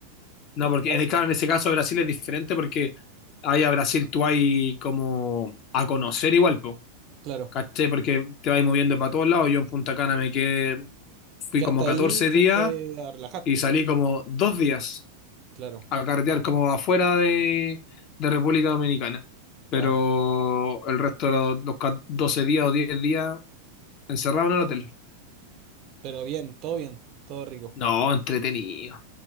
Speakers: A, on the left; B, on the right.
A: No,
B: todo
A: porque
B: caso.
A: en el, claro, en ese caso Brasil es diferente porque ahí a Brasil tú hay como a conocer igual, po.
B: Claro.
A: ¿Cachai? Porque te vas moviendo para todos lados. Yo en Punta Cana me quedé, fui
B: Que
A: como
B: hasta
A: 14
B: ahí fuiste
A: días
B: a relajarte.
A: y salí
B: po.
A: como dos días.
B: Claro.
A: a carretear como afuera de, de República Dominicana. Pero
B: Buena.
A: el resto de los, los ca- 12 días o 10 días encerrado en el hotel.
B: Pero bien, todo bien, todo rico.
A: No, entretenido.